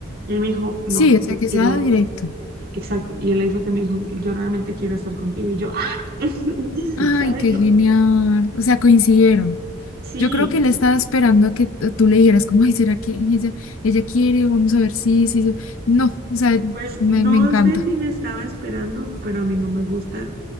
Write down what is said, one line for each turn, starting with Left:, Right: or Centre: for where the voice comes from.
Right: Y él me dijo, no,
Left: Sí, o
Right: yo
Left: sea, que
Right: quiero,
Left: sea directo.
Right: exacto. Y él ahí fue que me dijo, yo realmente quiero estar contigo. Y yo, ¡ah! <laughs>
Left: Ay,
Right: ¿sabes?
Left: qué
Right: Yo,
Left: genial. O sea, coincidieron.
Right: sí.
Left: Yo creo que él estaba esperando a que t- tú le dijeras, como, ay, ¿será que ella, ella quiere? Vamos a ver si, sí, sí. No, o sea,
Right: Pues
Left: me,
Right: no
Left: me encanta.
Right: sé si me estaba esperando, pero a mí no me gusta